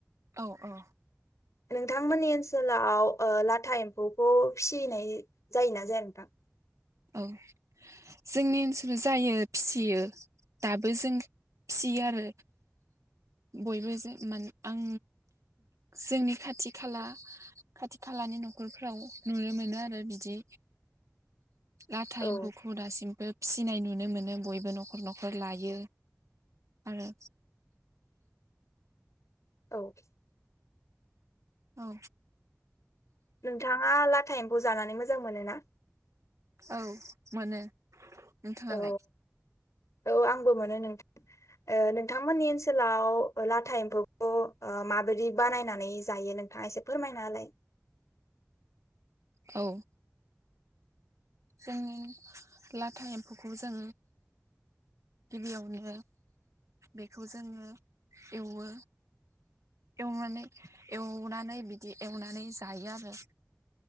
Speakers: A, on the right; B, on the left.
A: औ औ
B: नोंथांमोननि ओनसोलाव ओ लाथा एम्फौखौ फिसिनाय जायोना जाया नोंथां?
A: औ जोंनि ओसोल जायो फिसियो दाबो जों फियो आरो बयबो जे मान आं जोंनि खाथि खाला खाथि खालानि नखरफ्राव नुनो मोनो आरो बिदि लाथा
B: औ
A: एम्फौखौ दासिमबो फिसिनाय नु नुनो मोनो बयबो नखर नखर लायो आरो।
B: औ।
A: औ।
B: नोंथांङा लाथा एम फौखौ जानानै मोजां मोनोना?
A: औ मोनो। नोंथांङालाय?
B: औ औ आंबो मोनो नों ओ नोंथांमोननि ओनसोल लाव लाथा एम्फौखौ ओ माबायदि बानायनानै जायो नोंथांङा एसे फोरमायना होलाय।
A: औ जोंनि लाथा एम्फौखौ जों गिबियावनो बेखौ जोंङो एवो एवनानै एवनानै बिदि एवनानै जायो आरो।